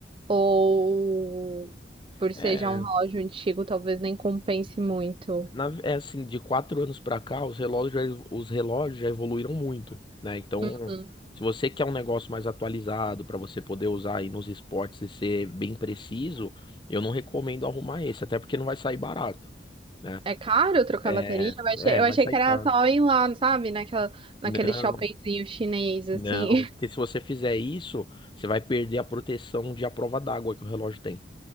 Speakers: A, on the right; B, on the left.
A: Ou por
B: É,
A: ser já um relógio antigo, talvez nem compense muito?
B: Na- é assim, de quatro anos pra cá, os relógios, já evo- os relógios já evoluíram muito, né? Então,
A: Hum.
B: se você quer um negócio mais atualizado pra você poder usar aí nos esportes e ser bem preciso, eu não recomendo arrumar esse, até porque não vai sair barato, né?
A: É caro trocar
B: É,
A: bateria? Eu achei,
B: é,
A: eu achei
B: vai sair
A: que era
B: caro.
A: só ir lá, sabe? Naquela, naquele
B: Não,
A: shoppingzinho chinês, assim.
B: não, porque se você fizer isso, você vai perder a proteção de à prova d'água que o relógio tem.